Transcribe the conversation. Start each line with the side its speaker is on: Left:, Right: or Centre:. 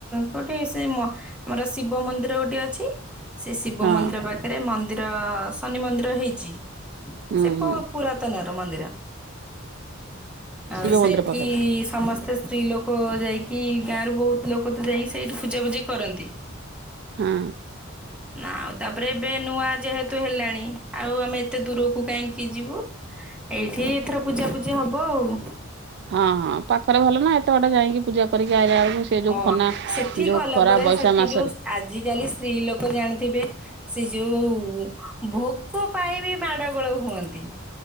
Centre: କୋଉଠି ସେ ମ ମର ଶିବ ମନ୍ଦିର ଗୋଟେ ଅଛି ସେ ଶିବ
Right: ହଁ
Centre: ମନ୍ଦିର ପାଖରେ, ମନ୍ଦିର ଶନି ମନ୍ଦିର ହେଇଚି <inaudible>
Right: ହୁଁ
Centre: ସେ ପୁ
Right: ହୁଁ
Centre: ପୁରାତନ ର ମନ୍ଦିର, <inaudible> ଆଉ
Right: ଶିବ
Centre: ସେଠି
Right: ମନ୍ଦିର ପାଖରେ
Centre: ସମସ୍ତେ- ସ୍ତ୍ରୀ ଲୋକ ଯାଇକି, ଗାଁ ର ବହୁତ ଲୋକ ତ ଯାଇକି, ସେଇଠି ପୂଜାପୂଜିି କରନ୍ତି।
Right: ହଁ
Centre: <inaudible> ନା, ଆଉ ତାପରେ ଏବେ ନୂଆ ଯେହେତୁ ହେଲାଣି, ଆଉ ଆମେ ଏତେ ଦୂରକୁ କାହିଁକି ଯିବୁ ଏଇଠି, ଏଥର ପୂଜାପୂଜି ହବ ଆଉ
Right: ହଁ, ହଁ ପାଖରେ ଭଲ ନା, ଏତେ ବାଟ ଯାଇକି ପୂଜା କରିକି ଆଇଲା ବେଳକୁ ସେ ଯୋଉ
Centre: ହଁ,
Right: ଖନା
Centre: ସେଠି
Right: ଯୋଉ
Centre: ଗଲା
Right: ଖରା
Centre: ପରେ
Right: ବୈଶାଖ
Centre: ସେଠି
Right: ମାସରେ
Centre: ଯୋଉ, ଆଜିକାଲି ସ୍ତ୍ରୀ ଲୋକ ଜାଣିଥିବେ ସେ ଯୋଉ ଭୋକ ପାଇଁ ବି ମାଡଗୋଳ ହୁଅନ୍ତି।